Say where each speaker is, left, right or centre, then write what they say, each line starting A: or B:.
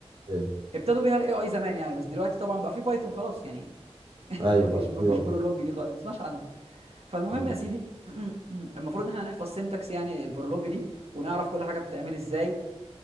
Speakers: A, on the right (about 50°); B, on the right (about 65°).
A: ايوه
B: ابتدوا بيها الاي اي زمان يعني بس دلوقتي طبعا بقى في بايثون خلاص يعني <laughs>
A: ايوه
B: مفيش
A: بقى
B: مفيش
A: في واحد.
B: برولوج دي خالص ما تسمعش عنها فالمهم
A: مم.
B: يا سيدي <clears throat> المفروض ان احنا نحفظ سينتاكس يعني البرولوج دي ونعرف كل حاجه بتتعمل ازاي